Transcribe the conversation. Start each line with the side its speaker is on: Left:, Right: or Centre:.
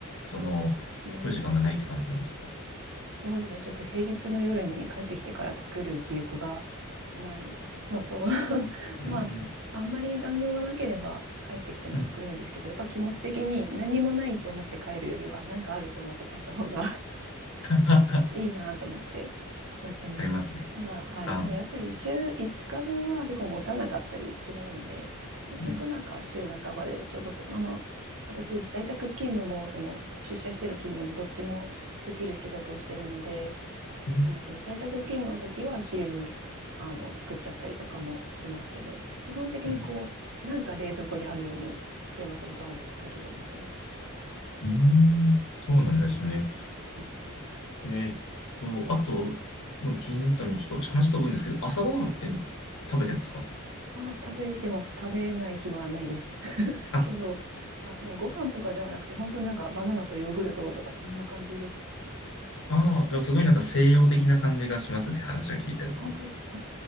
Left: その、
Right: うん。
Left: 作る時間がないって感じなんですか
Right: そうですね。ちょっと平日の夜に帰ってきてから作る気力がないのと、
Left: うんうん
Right: まあ、あんまり残業がなければ帰ってきても作れるんですけど、
Left: うん。
Right: やっぱ気持ち的に何もないって思って帰るよりは、なんかあると思って帰った方が <laughs>
Left: <laughs>
Right: いいなと思ってやってますね。
Left: ありますね。
Right: ただ、はい。
Left: ああ。
Right: でもやっぱり週5日分は結構持たなかったりするので、結局なんか週半ばでちょこっと、
Left: うん
Right: あの、私、在宅勤務も、その、出社しての勤務もどっちもできる仕事をしてるので、
Left: うん
Right: うんと、在宅勤務の時は昼に、あの、作っちゃったりとかもしますけど、基本的にこう、
Left: うん。
Right: なんか冷蔵庫にあるように、週末にドーンって作るようにしてます。
Left: うん。そうなんですね。
Right: うん。はい。
Left: えーっと、あと、まあ気になったのはちょっと話飛ぶんですけど、朝ごはんって食べてますか
Right: あ、食べてます。食べない日はないです。<laughs>
Left: あ、
Right: けど、あ、でもご飯とかではなくて、本当になんかバナナとヨーグルトとかそんな感じですね。
Left: ああ、すごいなんか西洋的な感じがしますね、話を聞いてると。
Right: 本当ですか